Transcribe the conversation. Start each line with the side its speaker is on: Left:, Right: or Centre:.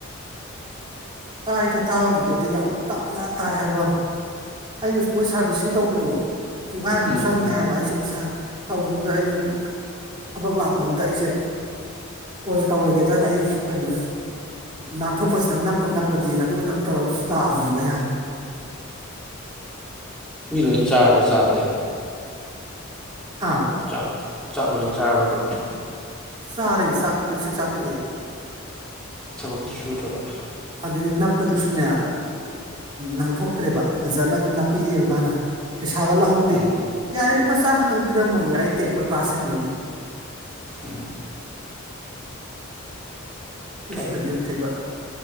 Right: ꯇꯥꯏꯗ ꯇꯥꯕꯕꯨꯗꯤ ꯑꯗ ꯌꯥꯝ ꯇꯞꯅ ꯇꯥꯏ ꯍꯥꯏꯕꯨꯋꯥꯅꯤ ꯑꯩꯅ ꯃꯣꯏ ꯁꯥꯔꯚꯤꯁꯁꯤꯡ ꯇꯧꯕꯗꯣ ꯄꯨꯡꯈꯥꯏꯃꯨꯛ
Centre: ꯎꯝ
Right: ꯆꯪꯅꯤ ꯍꯥꯏꯕ ꯑꯩꯁꯦ ꯉꯁꯥꯏ ꯇꯧꯕꯗꯨꯗ ꯑꯩꯗꯤ ꯊꯕꯛ ꯂꯥꯛꯄꯗꯨꯗ ꯑꯩꯁꯦ ꯀꯣꯟꯅ ꯇꯧꯔꯒꯦꯗꯅ ꯑꯩ ꯀꯩꯅꯣ ꯅꯥꯟꯊꯣꯛꯄꯁꯤꯗꯪ ꯅꯞꯄ -ꯅꯞꯄꯗꯤꯅ ꯑꯗꯨ ꯈꯛꯇꯪ ꯇꯧꯔ ꯂꯥꯛꯑꯕꯅꯦꯕ ꯑꯩ ꯍꯥꯟꯅ
Centre: ꯑꯗꯨꯅ ꯆꯥꯔꯕ ꯆꯥꯕꯗꯤ
Right: ꯍꯥꯥ
Centre: ꯆꯥꯛ ꯆꯥꯛ ꯂꯣꯏ ꯆꯥꯔꯕꯕ
Right: ꯆꯥꯔꯦ ꯆꯥꯛꯇꯤ ꯂꯣꯏ ꯆꯥꯛ ꯆꯥꯇꯣꯛꯑꯦ
Centre: ꯊꯕꯛ ꯁꯨꯗ꯭ꯔꯕ
Right: ꯑꯗꯒꯤ ꯅꯞꯄꯗꯨꯁꯨꯅꯦ ꯅꯥꯟꯊꯣꯛꯇ꯭ꯔꯦꯕ ꯐꯖꯅ ꯑꯗꯨꯝ ꯅꯞꯄꯤꯔꯛꯑꯦꯕ ꯃꯥꯅ ꯄꯩꯁꯥꯒꯂꯧꯍꯧꯗꯦ
Centre: ꯎꯝ
Right: ꯌꯥꯔꯦ ꯂꯨꯞꯄꯥ ꯆꯥꯝꯃ ꯈꯛꯇꯪ ꯄꯤꯔꯝꯃꯣꯌꯦ ꯑꯩ ꯇꯦꯝꯄ꯭ꯔ ꯒ꯭ꯂꯥꯁ ꯁꯤꯟꯕꯒꯤ
Centre: ꯎꯝ
Right: ꯍꯈꯣꯏ
Centre: ꯊꯕꯛ
Right: ꯁꯤꯗꯗꯤ ꯑꯃꯨꯛꯇꯣꯏꯕ